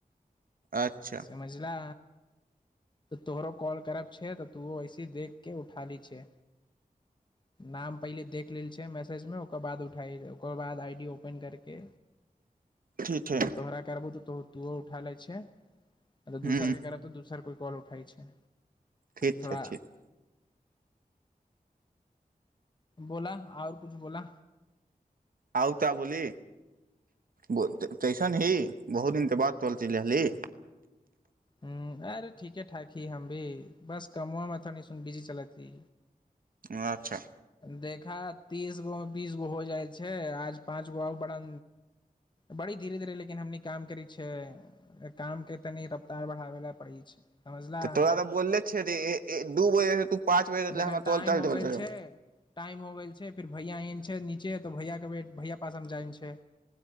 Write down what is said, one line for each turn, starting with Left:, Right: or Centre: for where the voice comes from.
Right: अच्छा
Left: समझिला तोहरो कॉल करब छै तऽ तूहो ऐसे ही देख के उठा लय छै नाम पहिले देख लेल छै मै फ्रिज ओकर बाद उठाइ ओकर बाद आई डी ओपन पाइन गरके
Right: ठीक छै
Left: अगर तोरा करबौ तऽ तो तूओ उठा ले छै अरे दूसर
Right: हूं
Left: के करत तऽ दूसर कोइ काॅल उठै छै
Right: ठीक
Left: थोड़ा
Right: छै ठीक
Left: बोला आओर किछु बोला
Right: आउ ता बोली कईसन ही बहुत दिन त बाद <unintelligible> चल च ही
Left: हम्म अरे ठीके ठाक ही हम भी बस कमआ मे तनि सुन बिजी चलत ही
Right: आच्छा
Left: देखा तीसगो बीसगो हो जाइ छै आज पाँच गो आउ बड़ा बड़ी धीरे धीरे लेकिन हमनी काम करै छियै कामके तनि रफ्तार बढ़ाब लए पड़ै छै समझला
Right: तऽ तोरा तऽ बोले छै दू बजे तू पाँच बजे
Left: देखा
Right: <unintelligible> रा
Left: टाइम
Right: तोल चल
Left: हो गेल
Right: चोल चल
Left: छै टाइम हो गेल छै फेर भैया एहन छै नीचे तऽ भैयाके वेट भैया पासमे जाइमे छै